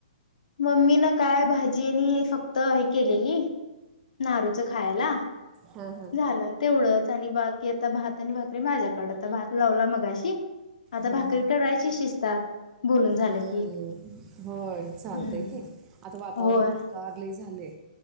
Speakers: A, on the left; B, on the right.
A: मम्मीनं काय भाजी आणि फक्त हे केलेली नारूच खायला
B: हां हां
A: झालं तेवढंच आणि बाकी आता भात आणि भाकरी माझ्याकड आता भात लावला मगाशी आता
B: ह
A: भाकरी
B: ह ह
A: करायची शिजतात बोलून झालं
B: हम्
A: की
B: होय. चालतय
A: हम्म
B: की आता वातावरण
A: होय
B: पण गार लई झालय.